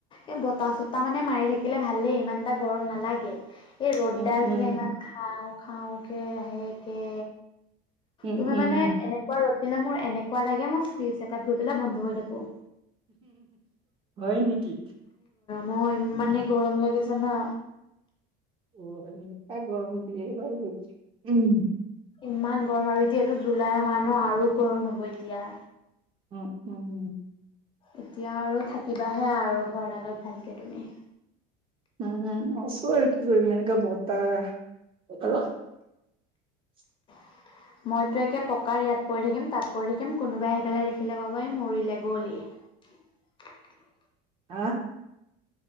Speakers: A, on the left; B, on the right.
A: এই বতাহ চতাহ মানে মাৰি থাকিলে ভালেই ইমান এটা গৰম নালাগে এই ৰ'দদা
B: উম উম
A: যে ইমান খাওঁ খাওঁ কে সে কে
B: উম
A: তুমি
B: উম
A: মানে এনেকুৱা ৰদ দিলে মোৰ এনেকুৱা লাগে মোক ফিজ এটাত গৈ পেলাই বন্ধ হৈ থাকো
B: হয় নেকি
A: মই ইমানে গৰম লাগিছে না
B: মঠ গৰমতি উ
A: ইমান গৰম আৰু এতিয়াতটো জুলাইৰ মাহ ন আৰু গৰম হ'ব এতিয়া
B: উম উম
A: এতিয়া আৰু থাকিবাহে আৰু ঘৰডালত ভালকে তুমি
B: উম আছো আৰু কি কৰিম এনেকা বতাহ <unintelligible>
A: হয় <unintelligible> মইতো একে পকাৰ ইয়াত পৰি থাকিম তাত পৰি থাকিম কোনোবাই আহি পেলাই দেখিলে ক'ব এই মৰিলে গ'লি <unintelligible>
B: হা